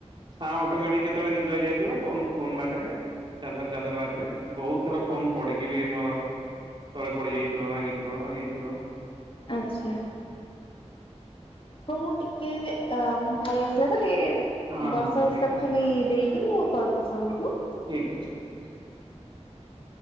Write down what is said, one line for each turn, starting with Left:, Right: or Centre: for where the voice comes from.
Right: ଛାଁ ଅଟୋମେଟିକ କେତେବେଳେ ନିଦ ହେଇଯାଇଥିବ ଫୋନ ଫୋନ୍ ବାଟରେ। ଚାଦର ଚାଦର ବାଟରେ ବହୁତ ଥର ଫୋନ୍ ପଡିକି ବି ମୋର ତଳେ ପଡିଯାଇଥିବ ଭାଙ୍ଗିଥିବ ଇଏ ହେଇଥିବ।
Left: ଆଚ୍ଛା। ହଉ ମୁଁ ଟିକେ ଅ ମୋ ଭାଇ ଆସିଲା ତ ଟିକେ
Right: ହଁ
Left: ବର୍ଷା
Right: ହଁ
Left: ହୋଉଚି
Right: ଠିକ
Left: ତାକୁ
Right: ଅଛି
Left: ଖାଲି ଦେଇ କି ମୁଁ କଲ୍ କରୁଚି ତମକୁ।
Right: ଠିକ ଅଛି ଠିକ ଅଛି